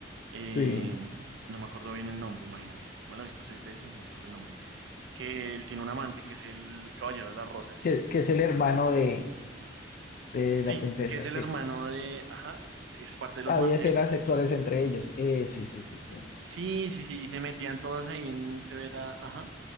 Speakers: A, on the right (about 75°); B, on the left (about 50°).
A: eh,
B: Sí,
A: no me acuerdo bien el nombre, imagínate. Yo me la he visto seis veces, no me acuerdo el nombre. Que él tiene un amante que es el Caballero de las Rosas.
B: que, que es el hermano de, de
A: Sí,
B: la princesa.
A: que es el
B: Sí.
A: hermano de, ajá, es parte de los
B: Había
A: Martel.
B: escenas sexuales entre ellos. Eh, sí, sí, sí, sí.
A: Sí, sí, sí, y se metían todos ahí en Severa, ajá,